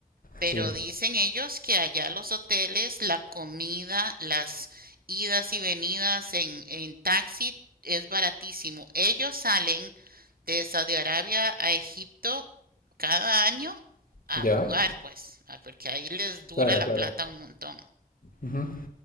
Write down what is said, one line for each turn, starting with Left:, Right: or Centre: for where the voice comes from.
Right: Pero
Left: Sí.
Right: dicen ellos que allá los hoteles, la comida, las idas y venidas en, en taxi es baratísimo. Ellos salen de Saudi Arabia a Egipto cada año a
Left: ¿Ya?
Right: jugar, pues, ah, porque ahí les dura
Left: Claro,
Right: la
Left: claro.
Right: plata un montón.
Left: Ujú.